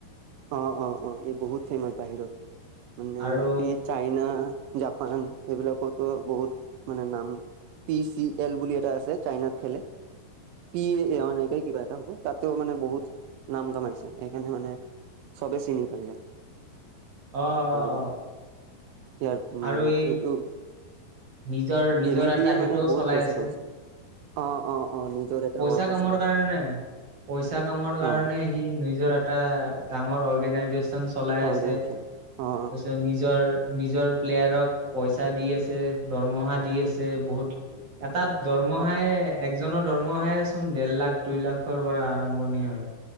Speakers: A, on the right; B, on the right.
A: অ অ অ, ই বহুত ফেমাচ বাহিৰত মানে
B: আৰু
A: এই চাইনা জাপান এইবিলাকতো বহুত মানে নাম পি চি এল বুলি এটা আছে চাইনাত খেলে। পি অ' এনেকে কিবা এটা হ'ব। তাতেও মানে বহুত নাম কামাইছে সেইকাৰণে মানে চবে চিনি পায় ইয়াক।
B: অ অ
A: আৰু
B: অ।
A: ইয়াৰ উম,
B: আৰু ই
A: এইটো
B: নিজৰ নিজৰ
A: গেমে
B: এটা
A: দিয়ে
B: সেইটোও
A: মানে বহুত
B: চলাই
A: পইচা
B: আছে।
A: কামাইছে। অ অ অ, নিজৰ এটা
B: পইচা
A: অৰ্গ
B: কামৰ
A: চলাই
B: কাৰণে
A: আছে।
B: পইচা কামৰ কাৰণে
A: অ
B: সি নিজৰ এটা ডাঙৰ অৰ্গেনাইজেচ চন চলাই
A: অৰ্গেনাইজেচন
B: আছে। তাৰপিছত
A: অ
B: নিজৰ নিজৰ প্লেয়াৰক পইচা দি আছে, দৰমহা দি আছে। বহুত এটাত দৰমহাই
A: অ
B: একজনৰ দৰমহাই চোন দেৰ লাখ দুই লাখৰ পৰা আৰম্ভণি হয়।